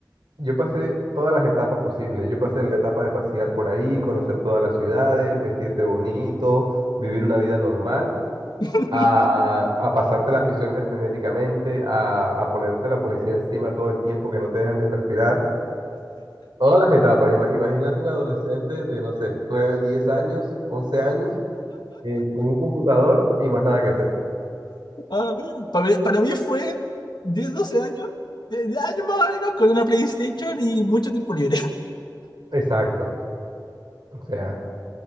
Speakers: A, on the right; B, on the left.
A: yo pasé todas las etapas posibles. Yo pasé la etapa de pasear por ahí, conocer todas las ciudades, vestirte bonito, vivir una vida normal.
B: <laughs>
A: a, a pasarte las misiones frenéticamente, a, a ponerte la policía encima todo el tiempo que no te dejan ni respirar. Todas las etapas. Ima- imagínate un adolescente de, no sé, 9 10 años, 11 años, eh, con un computador y más nada que hacer.
B: Ah, para, mí, para mí fue 10 12 años, de, de años más o menos, con una PlayStation y mucho tiempo libre. <laughs>
A: Exacto. O sea,